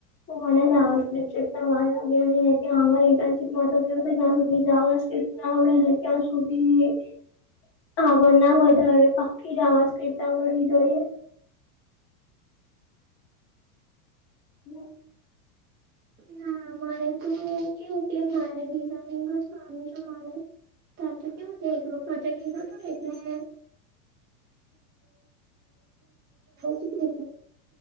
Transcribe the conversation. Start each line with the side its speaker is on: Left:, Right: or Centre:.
Left: તો મને જપટ વા લ્યો ત્યાં અમા ઇન્ટર્નશીપ માં તો કેવું ક ત્યાં સુધી જાવ ફ ના આવડે ને ત્યાં સુધી હા બ ના વધારે પકી જ આવા ક્રિપ્ટ મળવી જોઈએ હ
Right: ના મારે તો હું કેવું કે મારે ડિઝાઇનિંગ જ કરનું છે મારે તાર તો કેવું ત એક પ્રોજેક્ટ લીધો હતો એટલે ત ખ જ છે